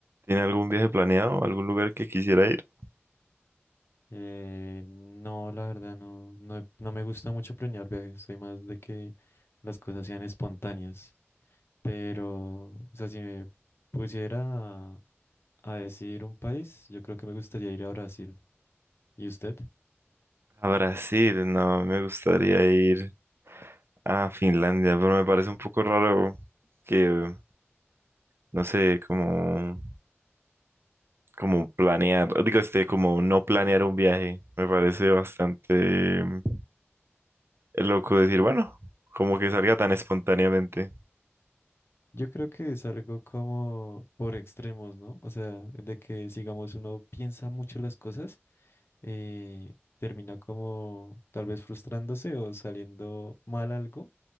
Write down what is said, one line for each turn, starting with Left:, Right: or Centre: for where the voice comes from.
Right: ¿Tiene algún viaje planeado? ¿Algún lugar que quisiera ir?
Left: Eh, no, la verdad, no, no, he- no me gusta mucho planear viajes, soy más de que las cosas sean espontáneas. Pero, o sea, si me pusiera a, a decir un país, yo creo que me gustaría ir a Brasil. ¿Y usted?
Right: A Brasil, no, me gustaría ir a Finlandia, pero me parece un poco raro que, no sé, como, como planear, digo, este, como no planear un viaje. Me parece bastante mm, loco decir, bueno, como que salga tan espontáneamente.
Left: Yo creo que es algo como por extremos, ¿no? O sea, de que, digamos, uno piensa mucho las cosas. eh, termina como tal vez frustrándose o saliendo mal algo